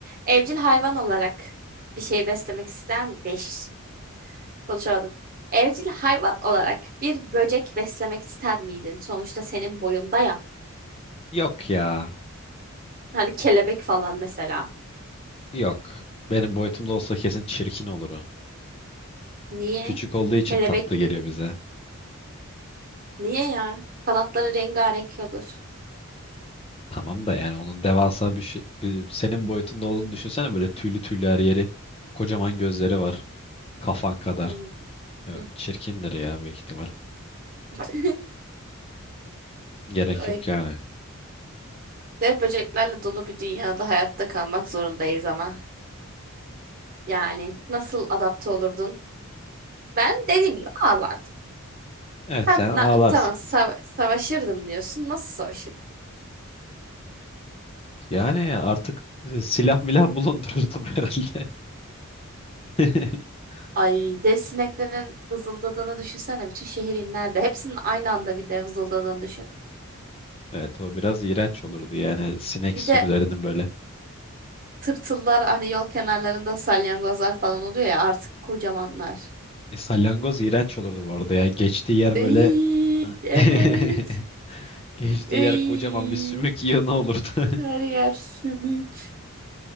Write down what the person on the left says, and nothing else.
Yok ya
yok. Benim boyutumda olsa kesin çirkin olur o.
Küçük olduğu için
tatlı geliyor bize.
Tamam da yani onun devasa bir şey, bir- senin boyutunda olduğunu düşünsene böyle tüylü tüylü her yeri. Kocaman gözleri var. Kafan kadar.
Evet,
çirkindir ya büyük ihtimal.
Gerek
yok yani.
Evet
sen ağlarsın.
Yani artık e, silah milah bulundururdum <laughs> herhalde. <laughs>
Evet o biraz iğrenç olurdu yani sinek
sürülerinin
böyle.
E, salyangoz iğrenç olurdu bu arada ya. Geçtiği yer
böyle
<laughs> geçtiği yer
kocaman bir sümük yığını olurdu. <laughs>